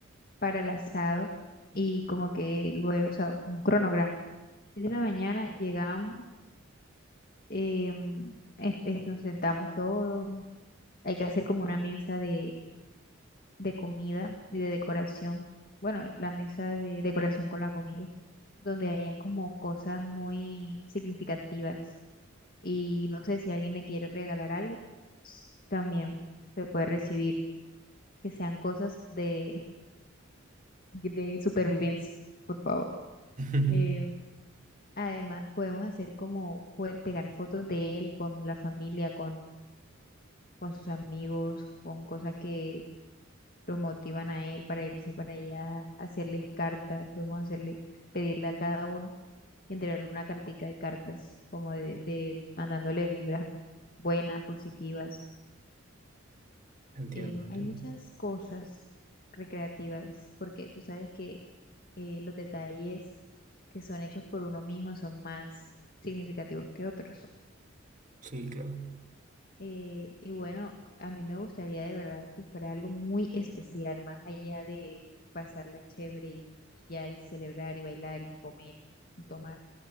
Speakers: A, on the left (about 45°); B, on the right (about 40°).
A: para el asado y como que luego, o sea, un cronograma. diez de la mañana llegamos, em, es- es- nos sentamos todos, hay que hacer como una mesa de, de comida y de decoración. Bueno, la mesa de decoración con la comida, donde hayan como cosas muy significativas. Y no sé si alguien le quiere regalar algo, s- también se puede recibir. que sean cosas de, de supervivencia, por favor.
B: <laughs>
A: Eh, además, podemos hacer como jue- pegar fotos de él con la familia, con, con sus amigos, con cosas que los motivan a él para irse para allá, hacerles cartas, podemos hacerle, pedirle a cada uno, entregarle una cartica de cartas, como de, de mandándole vibras buenas, positivas
B: Entiendo,
A: em,
B: entiendo.
A: hay muchas cosas recreativas, porque tú sabes que eh, los detalles que son hechos por uno mismo son más significativos que otros.
B: Sí, claro,
A: Eh, y bueno, a mí me gustaría de verdad que fuera algo muy especial, más allá de pasarla chévere y ya y celebrar y bailar y comer y tomar.